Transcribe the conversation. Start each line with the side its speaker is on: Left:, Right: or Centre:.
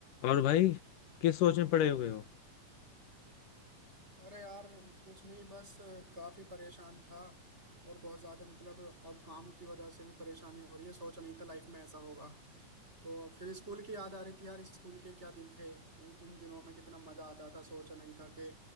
Left: और भाई किस सोच में पड़े हुए हो
Right: अरे यार कुछ नहीं बस अ, काफी परेशान था और बहुत ज्यादा मतलब अब काम की वजह से भी परेशानी हो रही है सोचा नहीं था लाइफ में ऐसा होगा तो फिर स्कूल की याद आ रही थी यार स्कूल के क्या दिन थे उन उन दिनों में कितना मजा आता था सोचा नहीं था कि